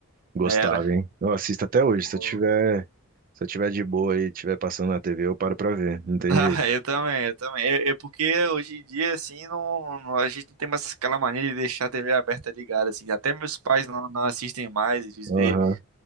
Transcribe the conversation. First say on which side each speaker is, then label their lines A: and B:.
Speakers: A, on the right; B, on the right.
A: Gostava,
B: Era.
A: hein? Eu assisto até hoje,
B: Pô.
A: se eu tiver,
B: <laughs>
A: se eu tiver de boa e tiver passando na TV, eu paro pra ver, não tem
B: Ah,
A: jeito.
B: eu também, eu também. É é porque hoje em dia, assim, não, não- a gente não tem mais aquela mania de deixar a TV aberta ligada, assim. Até meus pais não, não assistem mais, eles
A: Aham.
B: vê.